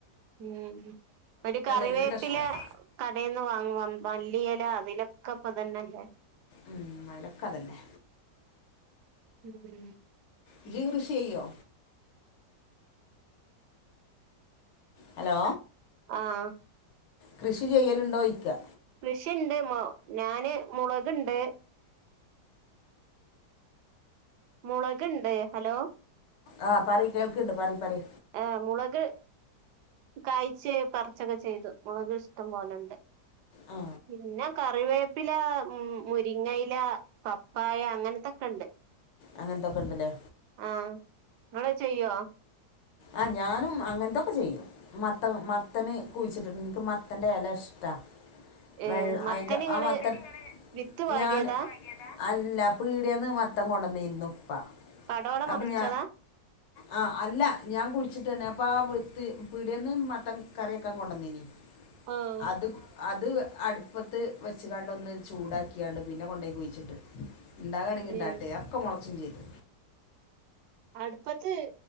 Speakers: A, on the right; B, on the left.
A: ഉം ഒരു കറിവേപ്പില
B: എല്ലാം ഇഷ്ടമാണ്
A: കടേന്ന് വാങ്ങാേ മല്ലിയെല അതിലൊക്കെ പ്പ അതന്നല്ലേ
B: ഉം അയ്ലൊക്കെ അതന്നെ
A: ഉം
B: ഇജും കൃഷെയ്യോ ഹലോ
A: ആഹ്
B: കൃഷി ചെയ്യലുണ്ടോയ്ക്കാ
A: കൃഷിണ്ട് മാെ ഞാന് മുളക്ണ്ട് മുളക്ണ്ട് ഹലോ
B: ആ പറി കേൾക്കണ്ട് പറി പറി
A: ആഹ് മുളക് കഴ്ച് പർച്ചൊക്കെ ചെയ്തു മുളക് ഇഷ്ടം പോലെണ്ട്
B: ആ
A: പിന്നെ കറിവേപ് പ്പില മും മുരിങ്ങയില പപ്പായ അങ്ങൻത്തൊക്കെ ഇണ്ട്
B: അങ്ങനൻത്തൊക്കെണ്ട്ലേ
A: ആഹ് ഇങ്ങളവ്ടെ അഅ് ചെയ്യോ
B: ആഹ് ഞാനും അങ്ങൻത്തൊക്കെ ചെയ്യും മത്ത മത്തന് കുഴിച്ചിട്ടുണ്ട് എനിക്ക് മത്തന്റെ എല ഇഷ്ടാ.
A: ഏഹ്
B: വെള്ള
A: മത്തന്
B: അയിന്റെ
A: ഇങ്ങള്
B: ആ മത്തൻ
A: വിത്ത് പാകിയതാ
B: ഞാന് അല്ല പീടിയേന്ന് മത്തം കൊണ്ടന്നീരുന്നു ഉപ്പാ
A: പടോടെ
B: അപ്പൊ
A: മറിച്ചതാ
B: ഞാ ആഹ് അല്ല. ഞാൻ കുളിച്ചിട്ട് തന്നെ അപ്പം ആ വിത്ത് പീടിയേന്ന് മത്തം കറി വക്കാൻ കൊണ്ടുവന്നീനി
A: ആഹ്
B: അത് അത് അടുപ്പത്ത് വെച്ചുകണ്ടൊന്ന് ചൂടാക്കിയാണ്ട് പിന്നെ കൊണ്ടോയി കുഴിച്ചിട്ട്. ഇണ്ടാകാണെങ്കിൽ ണ്ടാവട്ട
A: ഏഹ്
B: ഒക്കെ മുളച്ചും ചെയ്തു.
A: അടുപ്പത്ത്